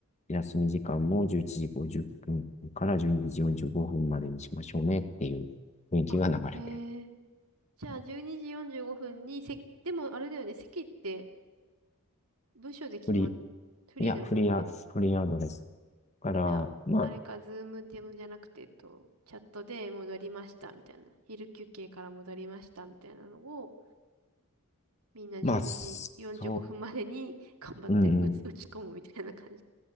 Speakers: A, on the left (about 30°); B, on the right (about 85°).
A: 休み時間も11時50分から12時45分までにしましょうねっていう雰囲気が流れてる。
B: あ。あ、へえ。じゃあ、12時45分に席、でもあれだよね。席って部署で決まっ、
A: フリ
B: フリーだもんね。
A: ー、いや、フリーア、フリーアドレスから、
B: じゃあ、
A: まあ、
B: あれか、ズームでもじゃなくて、えっと、チャットで戻りましたみたいな。昼休憩から戻りましたみたいなのを、みんな12時45分までに頑張って打ち、
A: まあ、そう、うんうん。
B: 打ち込むみたいな感じ。